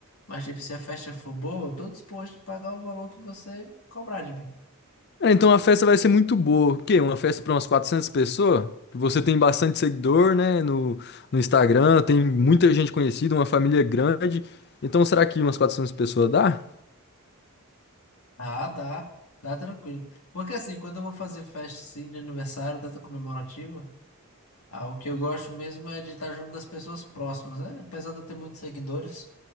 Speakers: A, on the left (about 75°); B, on the left (about 45°).
A: Mas, tipo, se a festa for boa, eu tô disposto a pagar o valor que você cobrar de mim.
B: Ah, então a festa vai ser muito boa. O quê? Uma festa pra umas 400 pessoas? Você tem bastante seguidor, né? No, no Instagram, tem muita gente conhecida, uma família grande. Então será que umas 400 pessoas dá?
A: Ah, dá. Dá tranquilo. Porque assim, quando eu vou fazer festa assim, de aniversário, data comemorativa. Ah, o que eu gosto mesmo é de estar junto das pessoas próximas, né? Apesar de eu ter muitos seguidores